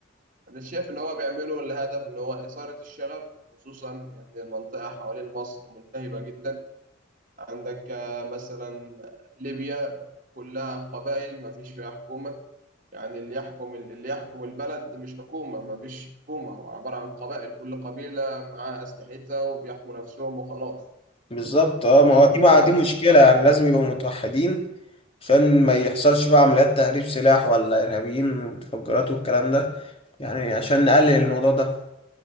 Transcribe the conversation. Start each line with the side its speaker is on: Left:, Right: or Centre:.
Right: أنا شايف إن هو بيعمله لهدف إن هو إثارة الشغب خصوصا إن المنطقة حوالين مصر ملتهبة جدا عندك آه، مثلا ليبيا كلها قبائل مفيش فيها حكومة يعني اللي يحكم اللي يحكم البلد مش حكومة ما فيش حكومة هو عبارة عن قبائل كل قبيلة معاها أسلحتها وبيحموا نفسهم وخلاص
Left: بالظبط اه ما
Right: لو
Left: هو دي
Right: جينا
Left: بقى دي مشكلة يعني لازم يبقوا متوحدين عشان ما يحصلش بقى عمليات تهريب سلاح ولا إرهابيين ومتفجرات والكلام ده يعني عشان نقلل الموضوع ده